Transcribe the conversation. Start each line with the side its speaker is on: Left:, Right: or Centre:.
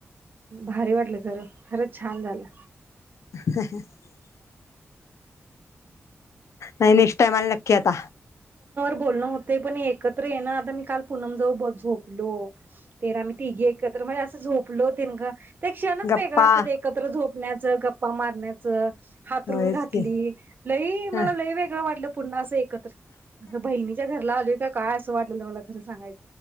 Right: भारी वाटलं खरं, खरंच छान झालं.
Left: <unintelligible> नाही नेक्स्ट टाईमाल नक्की आता.
Right: बोलण होतय पण एकत्र येनं आता मी काल पूनम जवळ ब झोपलो. तेरा आमी तीघी एकत्र म्हजे अस तू झोपलो तेन गं. ते क्षणच
Left: गप्पा
Right: वेगळं असत्यात एकत्र झोपण्यात. चं गप्पा मारण्याचं. हातरून
Left: होयच
Right: घातली,
Left: की
Right: लई मला
Left: ह
Right: लई वेग वाटलं पुन्हा असं एक क कश बहिणीच्या घरला आलोय काय स वाटल्यालं मला खरं सांगाय